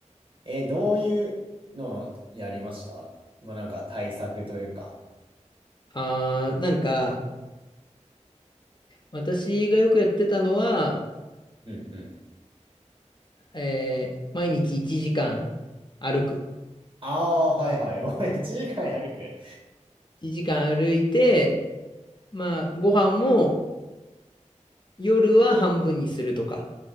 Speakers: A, on the right (about 45°); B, on the left (about 40°).
A: えーどういうのをやりましたまあなんか対策というか。
B: あー、なんか、私がよくやってたのは、
A: うんうん。
B: えー毎日1時間歩く。
A: ああー、はいはい。<laughs> おい、1時間歩く。
B: 1時間歩いて、まあ、ご飯も夜は半分にするとか、